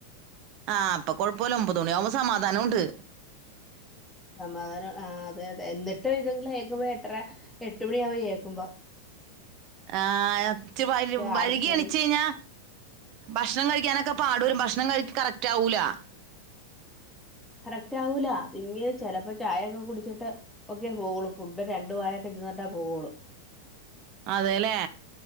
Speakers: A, on the right; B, in the centre.
A: ആ അപ്പൊ കുഴപ്പമില്ല ഒൻപത് മണിയാവുമ്പോൾ സമാ സമാധാനം ഉണ്ട്
B: സമാധാനം ആ അതെ അതെ എന്നിട്ട് ട്ട് ഇതിങ്ങൾ എഴുന്നേൽക്കുമ്പോൾ എട്ടര എട്ട് മണിയ ആക്കും എഴുനേൽക്കാൻ
A: ആ ഇച്ചിരി
B: ആടിത്തൂളി
A: വൈകി എണീച്ച് കഴിഞ്ഞാ ഭക്ഷണം കഴിക്കാനൊക്കെ ക്കെ പാടു വരും ഭക്ഷണം കഴിക്കു കറക്റ്റ് ആവൂല്ല
B: കറക്റ്റ് ആവൂല അല്ലെങ്കിൽ ചിലപ്പോ ചായയൊക്കെ കുടിച്ചിട്ട് ഒക്കെ പോവളൂ ഫുഡ് രണ്ടു വായൊക്കെ ചെന്നിട്ടേ പോവളൂ
A: അതെല്ലേ